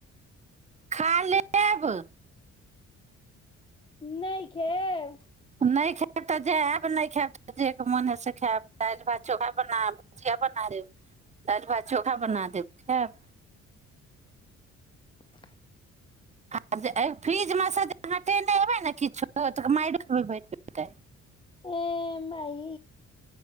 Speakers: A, on the right (about 25°); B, on the left (about 15°).
A: खा लेब
B: नहि खाएब
A: नहि खायब तऽ जा आयब नहि खायब तऽ जे मोन हइ से खायब दालि भात चोखा बनायब भुजिया बना देब दालि भात चोखा बना देब खायब
B: <unintelligible> <unintelligible>
A: आ जे एहि फ्रिजमे सँ जे हटेएबै ने किछो तऽ मारि बट पतै
B: हंए माइ